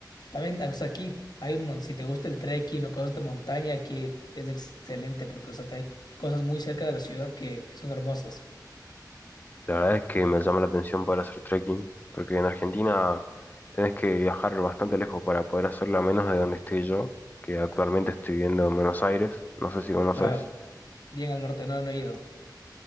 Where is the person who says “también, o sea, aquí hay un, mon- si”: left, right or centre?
Left